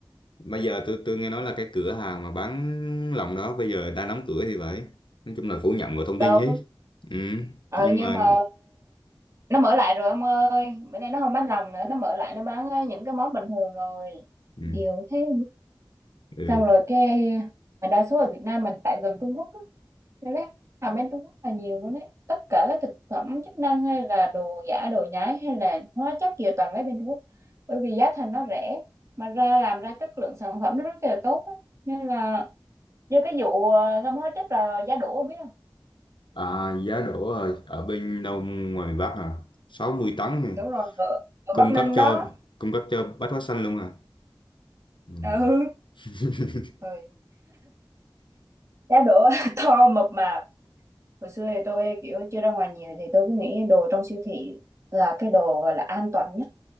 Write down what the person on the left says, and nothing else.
bây giờ tôi tôi nghe nói là cái cửa hàng mà bán lòng đó bây giờ đang đóng cửa thì phải nói chung là phủ nhận mọi thông
tin hết ừ.
nhưng
mà
ừ.
Ừ.
À, giá đỗ ở, ở bên đâu ngoài miền Bắc à sáu mươi tấn này
cung
cấp cho
cung cấp cho Bách Hóa Xanh luôn à ừ.
<laughs>